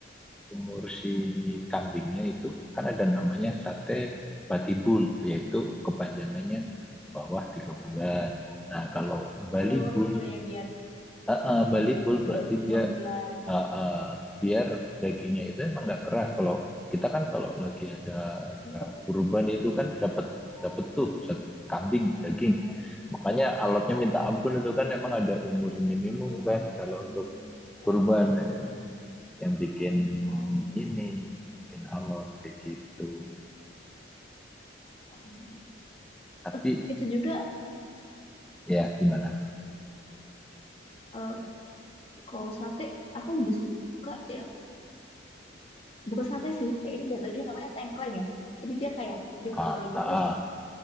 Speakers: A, in the centre; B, on the left.
A: umur si kambingnya itu kan ada namanya sate batibul yaitu kepanjangannya bawah tiga bulan nah kalau balibul
B: oh iya ya biar
A: uh, uh, balibul berarti
B: baru
A: dia
B: lima bulan
A: Ah, ah, biar dagingnya itu emang nggak keras. Kalau kita kan kalau lagi ada acara
B: Gak empuk ya?
A: kurban itu kan dapat dapat tuh satu kambing daging. Makanya
B: Mm-mm.
A: alatnya minta ampun itu kan emang ada umur minimum
B: oh
A: kan kalau
B: iya
A: untuk
B: sih kayak
A: kurban
B: minum
A: eh, yang bikin
B: oh iya
A: ini bikin alot kayak gitu.
B: paham. Paham.
A: Tapi
B: Eh, itu juga
A: ya gimana?
B: eh, kalau sate aku lebih suka yang bukan sate sih kayak ini jatuhnya namanya tengkleng ya jadi dia kayak dipotong
A: Ah,
B: itu
A: ah,
B: terus
A: ah.